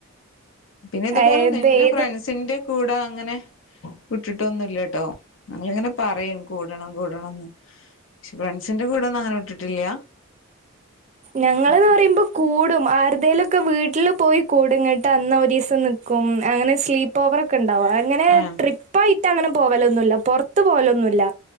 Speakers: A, on the left; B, on the right.
A: പിന്നെ ഇതുപോലെ
B: ഏത്
A: നിന്നെ
B: ഏതും
A: ഫ്രണ്ട്സിന്റെ കൂടെ അങ്ങനെ വിട്ടിട്ടൊന്നുംല്ലട്ടോങ്ങനെ പറയും കൂടണം കൂടണംന്ന് പക്ഷെ ഫ്രണ്ട്സിന്റെ കൂടെ ഒന്നും അങ്ങനെ വിട്ടിട്ടില്ല
B: ഞങ്ങളന്ന്
A: അപ്പൊ
B: പറയുമ്പോ കൂടും ആ വെടുതേലൊക്കെ വീട്ടിൽ പോയി കൂടുങ്ങോട്ട് അന്ന ഒരു ദിവസം നിൽക്കും അങ്ങനെ സ്ലീപ്പ് ഓവർ ഒക്കെ ഇണ്ടാകും അങ്ങനെ
A: ഏഹ്
B: ട്രിപ്പായിട് അട്ടങ്ങനെ പോവലോന്നൂല്ല പൊറത്ത് പോവലൊന്നൂല്ല